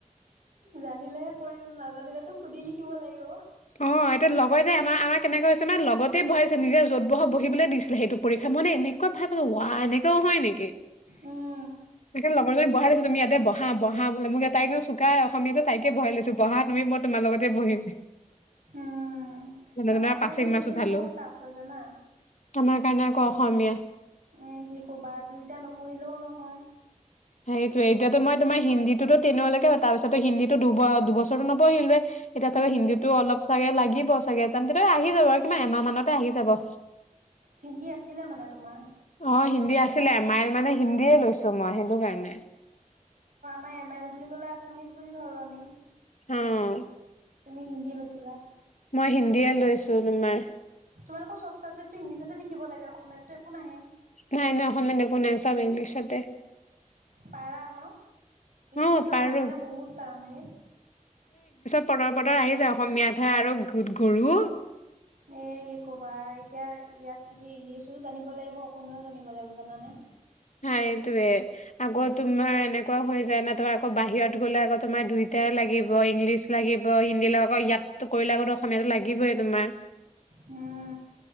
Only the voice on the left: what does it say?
অ। অ, লগৰ যে আমাৰ আমাৰ কেনেকৈ হৈছে মানে লগতে বহাইছে, নিজে যত, বহ বহিবলৈ দিছিলে, সটো পৰীক্ষা মানে এনেকুৱা <unintelligible> ৱাহ এনেকুৱাও, হয় নেকি।
<inaudible> সেইে লগৰজনী বহাই দিছো, তম ইয়াতে বহ-বহা বুলি, তাইকোুকাই অসমীয়াাত তকে বহাই লছো বহা তুমি মই তোমাৰ লগতে বহিম।
যেনে,
তেনে
পাছিং
মাৰ্ক্স উঠালো,
আমাৰ কাৰণে আকৌ অসমীয়া।
সেইটোয়ে, এতিয়া মইোমাৰ হিন্দীটো তেনলৈকে, তাৰ পিছতো হিন্দী দু দুবছৰো নপঢ়িলোএ, এতিয়া তাৰপিছত
হিন্দীতো অলপ চাগে লাগিব চাগে, তেনটো, আহি যাব আৰু কিমান এমাহ মানতে আহি যাব।
অ হিন্দী আছিলে, এ, মাইল মানে হিন্দীয়ে লৈছো মই, সেইটো কাৰণে।
হম।
মই হিন্দীয়ে লৈছো, তোমাৰ।
নাই, নাই অসমীয়াত একো নাই চব ইংলিছতে।
অ পাৰো
পটৰ পটৰ আহি যায় অসমীয়াতহে আৰু গোট গৰু।
হয়। সেতোয়ে আকৌ তোমাৰ এনেকুৱা হৈ যায় ন তোমাৰ আকৌ বাহিৰত গ'লে আকৌ তোমাৰ দুইটাই লাগিব। ইংলিছ লাগিব হিন্দী লাগিব ইয়াতো কৰিলে আকতো অসমীয়াো লাগিবই তোমাৰ।